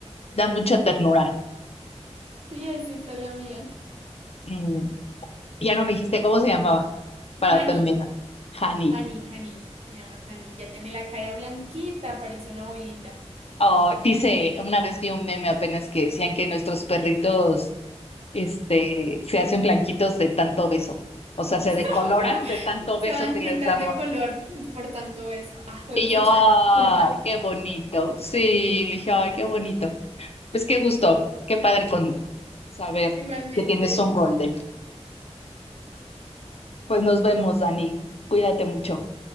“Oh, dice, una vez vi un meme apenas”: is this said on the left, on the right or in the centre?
Left